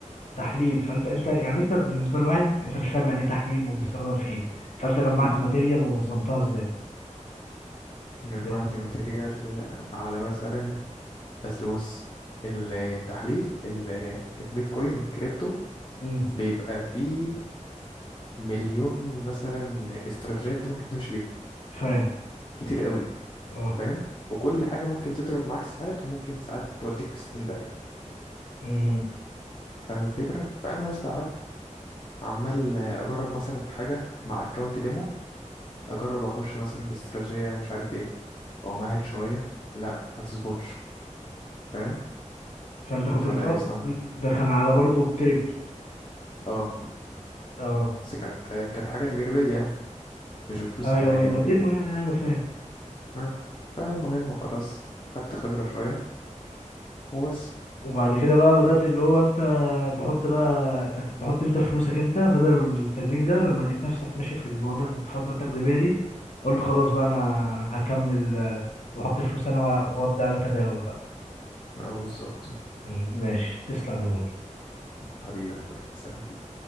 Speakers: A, on the left; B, on the left.
A: تحليل فانت انت يعني انت بالنسبة لواحد انت مش فاهم يعني ايه تحليل وبيستخدم في ايه فانت جمعت
B: مم.
A: ماتيريال ونظمتها ازاي
B: جمعت
A: فاهمني
B: ماتيريال على مثلا أصل بص التحليل ال- البيتكوين الكريبتو
A: امم
B: بيبقى فيه مليون مثلا استراتيجيات ممكن تمشي بيها
A: فاهم
B: كتير قوي
A: اه
B: فاهم وكل حاجة ممكن تضرب معاك ساعات وممكن ساعات توديك في 60 داهية
A: امم
B: فاهم الفكرة فأنا يا اسطى قعدت عمال أجرب مثلا في حاجة مع أكونت ديمو اجرب اخش مثلا باستراتيجيه مش عارف ايه او معهد شويه لا ما تظبطش فاهم
A: فانت كنت
B: فلا
A: بتقرا
B: يا اسطى أنا-
A: ده كان على برضو الكريبتو
B: اه
A: اه
B: بس كانت كانت حاجه تجريبيه يعني مش بفلوس
A: ايوه
B: حقيقيه
A: ايوه
B: وكده
A: ديمو يعني ايوه فاهم
B: آه. فالمهم خلاص خدت خبره شويه وبس
A: وبعد كده بقى بدأت اللي هو انت تحط بقى ت- تحط انت فلوسك انت بدل التجريبي ده لما لقيت نفسك ماشي في الوضع الفترة التجريبية دي قلت خلاص بقى انا هكمل آه، واحط فلوس انا وأ- وابدأ انا اتداول بقى
B: اه بالظبط
A: مم. ماشي تسلم يا مو
B: حبيبي يا اخويا سلام